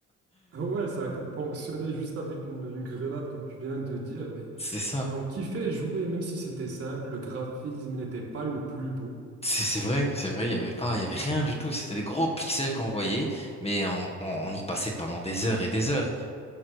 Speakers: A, on the right; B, on the left.
A: Ah Ouais, ça a peut-être fonctionné juste avec une, une grenade, comme tu viens de dire, mais,
B: C'est ça.
A: mais on kiffait jouer, même si c'était simple, le graphisme n'était pas le plus beau,
B: C'est c'est vrai, c'est vrai, il y avait pas, il y avait rien du tout. C'était des gros pixels qu'on voyait, mais on, on, on y passait pendant des heures et des heures.